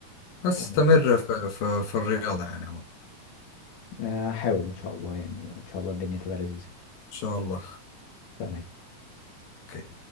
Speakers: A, on the left; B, on the left.
A: بس
B: تمام
A: استمر في, في, في الرياضة يعني عموما.
B: آه، هحاول إن شاء الله يعني وإن شاء الله الدنيا تبقى لذيذة
A: إن شاء الله
B: تمام
A: أوكي